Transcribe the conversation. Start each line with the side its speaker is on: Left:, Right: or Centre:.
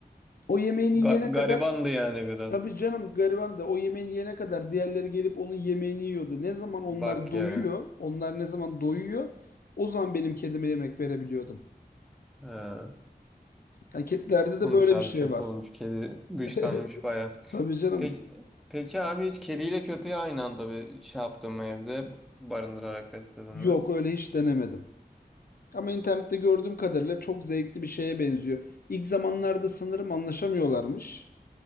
Left: O yemeğini
Centre: Ga-
Left: yiyene
Centre: garibandı
Left: kadar
Centre: yani biraz.
Left: Tabii canım gariban da o yemeğini yene kadar diğerleri gelip onun yemeğini yiyordu. Ne zaman onlar
Centre: Bak
Left: doyuyor,
Centre: ya.
Left: onlar ne zaman doyuyor, o zaman benim kedime yemek verebiliyordum.
Centre: Ha.
Left: Yani kedilerde de
Centre: Olmuş
Left: böyle
Centre: abi
Left: bir şey
Centre: kötü
Left: var.
Centre: olmuş. Kedi dışlanmış
Left: <laughs>
Centre: baya.
Left: Tabii canım
Centre: Peki, peki abi hiç kediyle köpeği aynı anda be, şey yaptın mı evde barındırarak besledin mi?
Left: yok öyle hiç denemedim. Ama internette gördüğüm kadarıyla çok zevkli bir şeye benziyor. İlk zamanlarda sanırım anlaşamıyorlarmış.